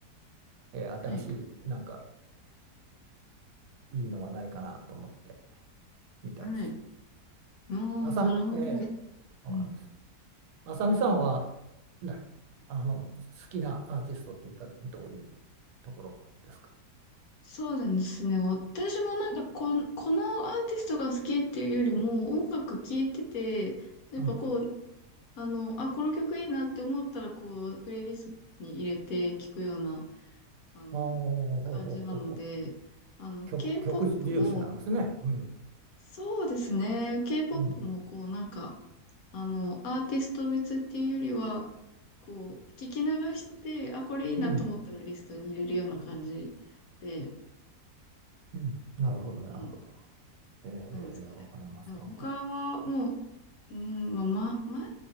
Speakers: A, on the right (about 85°); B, on the left (about 70°).
A: えー新しいなんか
B: はい、
A: いいのはないかなと思って見たりする。
B: はい。おー、
A: あさみ、
B: なるほど。
A: ええそうなんです。
B: うん。
A: あさみさんは、な、あの好きなアーティストって言ったらどういうところですか
B: そうなんですね。私もなんかこの、このアーティストが好きっていうよりも、音楽聴いてて、やっぱこう、
A: うん。
B: あの、あ、この曲いいなって思ったら、こう、プレイリストに入れて聴くような、あの、
A: おーほうほうほうほう
B: 感じなので、あの、
A: 曲、
B: K-POP
A: 曲重視なんですね。
B: も、
A: うん。
B: そうですね。K-POP
A: うん。
B: もこう、なんか、あの、アーティスト別っていうよりは、こう、聞き流してて、あ、これいいなと思ったらリストに入れるような感じで、
A: うん。うん。なるほど、なるほど。
B: うん。
A: え
B: なんですかね。
A: えわかります、
B: でも他はもう、
A: わかります。
B: うん、まあ、ま、前、